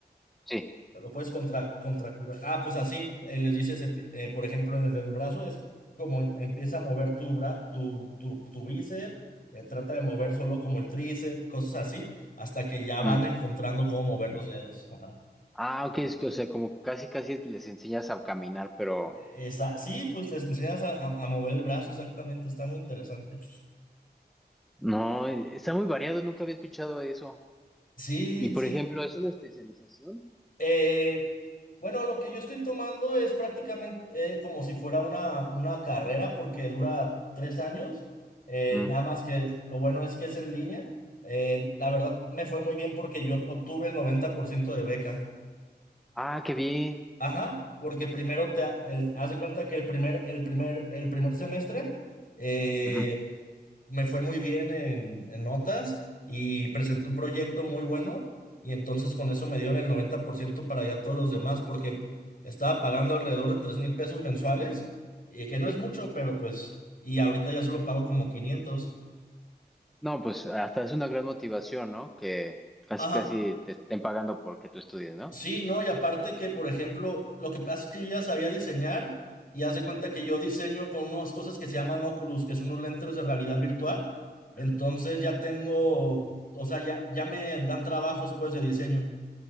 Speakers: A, in the centre; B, on the left.
A: Sí.
B: Lo puedes contra, contracturar. Ah, pues así, eh, les dices, eh, eh, por ejemplo, en el, del brazo es como em- empieza a mover tu, bra, tu, tu, tu bíceps, eh, trata de mover solo como el tríceps, cosas así, hasta que ya
A: mm.
B: van encontrando cómo mover los dedos. Ajá.
A: Ah, ok,
B: La-
A: es que, o sea, como casi casi les enseñas a caminar, pero
B: eh, Esa, sí, pues les enseñas a, a- a mover el brazo, exactamente, está muy interesante.
A: no, e- está muy variado, nunca había escuchado eso.
B: Sí,
A: Y por
B: sí,
A: ejemplo, ¿es una especialización?
B: Eh, bueno, lo que yo estoy tomando es prácticamente eh, como si fuera una, una carrera porque dura tres años. Eh,
A: Mm.
B: nada más que lo bueno es que es en línea. Eh, la verdad me fue muy bien porque yo obtuve el 90% de beca.
A: Ah, qué bien.
B: Ajá, porque primero te hace cuenta que el primer, el primer, el primer semestre eh,
A: Ujú,
B: me fue muy bien en, en notas y presenté un proyecto muy bueno y entonces con eso me dieron el 90% para allá todos los demás porque estaba pagando alrededor de tres mil pesos mensuales, y que no
A: Sí.
B: es mucho, pero pues, y ahorita ya solo pago como quinientos
A: No, pues hasta es una gran motivación, ¿no? Que casi
B: Ajá,
A: casi te estén pagando porque tú estudies, ¿no?
B: sí, ¿no? Y aparte que, por ejemplo, lo que pasa es que yo ya sabía diseñar y haz de cuenta que yo diseño con unas cosas que se llaman Oculus, que son unos lentes de realidad virtual. Entonces
A: Mm.
B: ya tengo, o sea, ya, ya me dan trabajos pues de diseño.